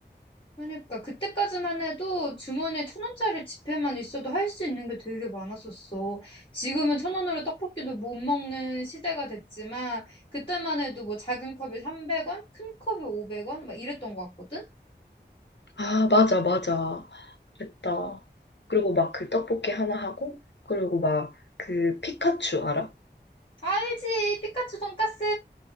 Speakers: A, on the left; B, on the left.
A: 그러니까 그때까지만 해도 주머니에 천 원짜리 지폐만 있어도 할 수 있는 게 되게 많았었어. 지금은 천 원으로 떡볶이도 못 먹는 시대가 됐지만 그때만 해도 뭐 작은 컵이 300원, 큰 컵이 500원 막 이랬던 것 같거든.
B: 아, 맞아, 맞아. 그랬다. 그리고 막 그 떡볶이 하나 하고 그리고 막 그 피카츄 알아?
A: 알지? 피카츄 돈까스!